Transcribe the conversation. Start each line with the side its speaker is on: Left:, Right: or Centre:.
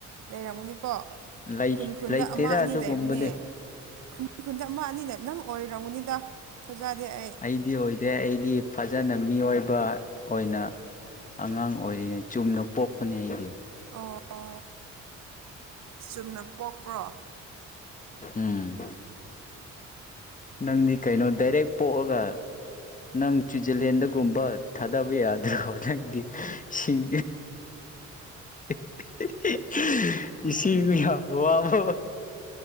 Right: ꯂꯩꯔꯝꯃꯅꯤꯀꯣ
Left: ꯂꯩ
Right: ꯈꯨꯟ ꯈꯨꯟꯗ
Left: ꯂꯩꯇꯦꯗ
Right: ꯑꯃ ꯑꯅꯤ
Left: ꯑꯗꯨꯒꯨꯝꯕꯗꯤ
Right: ꯂꯩꯕꯅꯦ ꯃꯤ ꯈꯨꯟꯗ ꯑꯃ ꯑꯅꯤꯅꯦ ꯅꯪ ꯑꯣꯏꯔꯝꯒꯅꯤꯗ ꯊꯥꯖꯗꯦ ꯑꯩ
Left: ꯑꯩꯗꯤ ꯑꯣꯏꯗꯦ ꯑꯩꯗꯤ ꯐꯖꯅ ꯃꯤꯑꯣꯏꯕ ꯑꯣꯏꯅ ꯑꯉꯥꯡ ꯑꯣꯏꯔꯤꯉꯩ ꯆꯨꯝꯅ ꯄꯣꯛꯄꯅꯦ ꯑꯩꯗꯤ
Right: ꯑꯣ ꯆꯨꯝꯅ ꯄꯣꯛꯄ꯭ꯔꯣ
Left: ꯎꯝ ꯅꯪꯗꯤ ꯀꯩꯅꯣ ꯗꯥꯏꯔꯦꯛ ꯄꯣꯛꯑꯒ ꯅꯪ ꯁ꯭ꯋꯤꯖꯔꯂꯦꯟꯗꯒꯨꯝꯕ ꯊꯥꯗꯕ ꯌꯥꯗ꯭ꯔꯣ ꯅꯪꯗꯤꯁꯤꯡ <inaudible> ꯏꯁꯤꯡ ꯃꯤ ꯌꯥꯝ ꯑꯕ